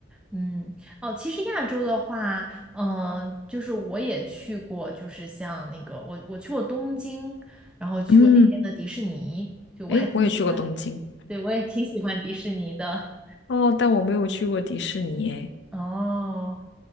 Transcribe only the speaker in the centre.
嗯，哦，其实亚洲的话，嗯、就是我也去过，就是像那个我我去过东京，然后去过那边的迪士尼，
就我还挺喜欢迪士，
对，我也挺喜欢迪士尼的。
哦，